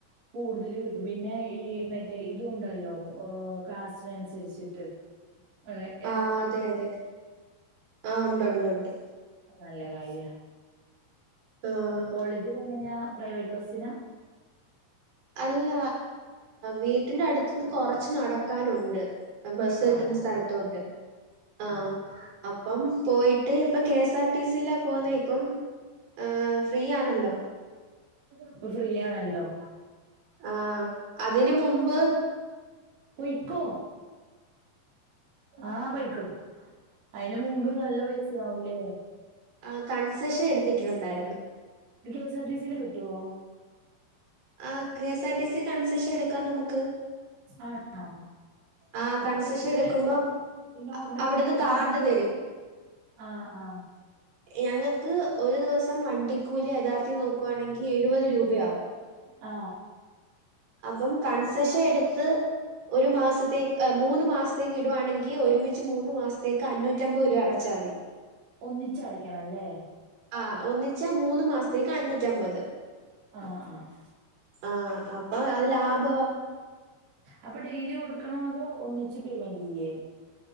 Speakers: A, on the right; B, on the right.
A: കൂടുതൽ കിട്ടും പിന്നെ ഈ മറ്റേ ഇതുണ്ടല്ലോ കാസ്റ്റിനനുസരിച്ചിട്ട് ഏ
B: ആഹ് അതെ അതെ ആഹ് ഉണ്ട് ഉണ്ട്ണ്ട്
A: നല്ല കാര്യാ
B: ആഹ്
A: കോളേജിൽ എങ്ങനെയാ പ്രൈവറ്റ് ബസ്സിനാ
B: അല്ല വീട്ടിന്റെ അടുത്ത് നിന്ന് കൊറച്ച് നടക്കാനുണ്ട് ബസ്സ് കിട്ടുന്ന
A: ആണോ
B: സ്ഥലത്തോട്ട് ആ
A: ആഹ്
B: അപ്പം പോയിട്ട് ഇപ്പ കെ എസ് ആർ ടി സിയിലാ പോവുന്ന് ഇപ്പം ഏഫ്രീ ആണല്ലോ
A: ഇപ്പ ഫ്രീ ആണല്ലോ
B: ആഹ് അതിന് മുമ്പ്
A: പോയ്ക്കോ ആ പോയ്ക്കോ അയിന് മുമ്പ് നല്ല പൈസയാവുല്ലേ
B: ആ കൺസെഷൻ എടുത്തിട്ടുണ്ടായിരുന്നു
A: കെഎസ് ആർ ടി സി യിൽ കിട്ടുവോ
B: ആ K S R T C concession എടുക്കാം നമുക്ക്
A: ആണോ
B: ആഹ്
A: അപ്പൊ
B: കൺസെഷൻ
A: അത് എത്രേ
B: എടുക്കുമ്പം
A: നോർമൽ
B: അ- അവിടുന്ന്
A: പ്രൈവറ്റിന്റെ
B: കാർഡ്
A: അതേ
B: തരും.
A: ആ ആ
B: ഞങ്ങൾക്ക് ഒരു ദിവസം വണ്ടിക്കൂലി യഥാർത്ഥം നോക്കുവാണെങ്കിൽ എഴുപത് രൂപയാവും
A: ആ
B: അപ്പം കൺസെഷൻ എടുത്ത് ഒരു മാസ ത്തേ മൂന്ന് മാസത്തേക്ക് ഇടുവാണെങ്കിൽ ഒരുമിച്ച് മൂന്ന് മാസത്തേക്ക് അഞ്ഞൂറ്റമ്പത് രൂപ അടച്ചാൽ മതി
A: ഒന്നിച്ചടക്കണം ല്ലേ
B: ആ ഒന്നിച്ചാ മൂന്ന് മാസത്തേക്ക് അഞ്ഞൂറ്റമ്പത്
A: ആ ആ
B: ആ അപ്പൊ അത് ലാഭാ
A: അപ്പൊ ഡെയിലി കൊടുക്കണോ അതോ ഒന്നിച്ച് പേയ്മെന്റ് യ്യേ